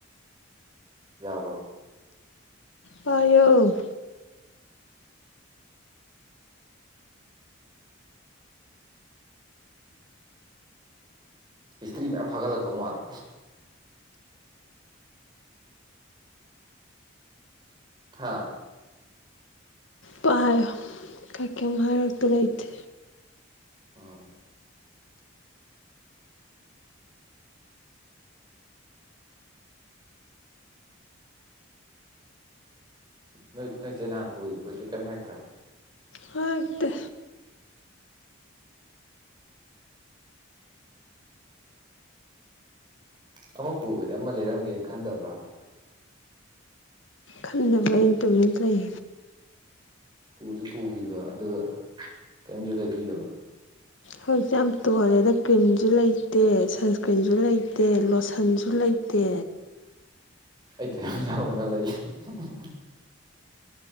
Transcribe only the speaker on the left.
ꯄꯥꯏꯌꯣ꯫
ꯄꯥꯏꯌꯣ ꯑꯩ ꯀꯩꯝ ꯑꯔꯣꯠꯄ ꯂꯩꯊꯦ꯫
ꯍꯥꯏꯔꯛꯇꯦ꯫
ꯈꯟꯗꯕꯩꯅꯤ ꯑꯩꯅ ꯇꯨꯃꯤꯟ ꯂꯩ
ꯍꯧꯖꯤꯛꯇꯤ ꯌꯥꯝ ꯇꯣꯜꯂꯦꯗ ꯀ꯭ꯔꯤꯝꯁꯨ ꯂꯩꯇꯦ ꯁꯟꯁꯀ꯭ꯔꯤꯟꯁꯨ ꯂꯩꯇꯦ ꯂꯣꯁꯟꯁꯨ ꯂꯩꯇꯦ꯫